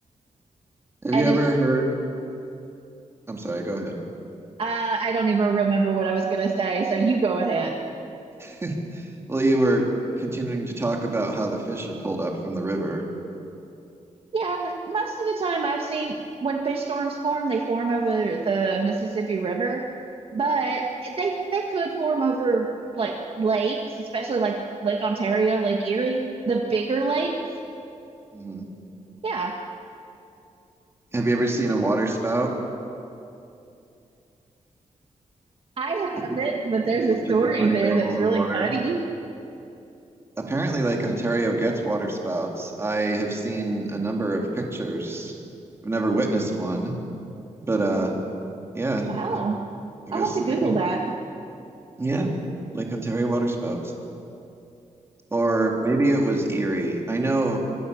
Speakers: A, on the right (about 20°); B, on the right (about 45°).
A: Have
B: And
A: you ever
B: it's,
A: heard? I'm sorry, go ahead.
B: uh, I don't even remember what I was going to say. So you go ahead.
A: <laughs> Well, you were continuing to talk about how the fish are pulled up from the river.
B: Yeah, most of the time I've seen when fish storms form, they form over the Mississippi River, but they they could form over like lakes, especially like Lake Ontario, Lake Erie, the bigger lakes.
A: hmm
B: Yeah.
A: Have you ever seen a water spout,
B: I
A: which
B: haven't,
A: is
B: but there's a
A: which
B: story
A: is a tornado
B: there that's
A: over
B: really
A: water?
B: funny.
A: Apparently, Lake Ontario gets water spouts. I have seen a number of pictures. I've never witnessed one, but uh, yeah,
B: Wow.
A: I
B: I'll
A: guess
B: have to
A: they
B: Google
A: do.
B: that.
A: Yeah, Lake Ontario water spouts. Or maybe it was Erie. I know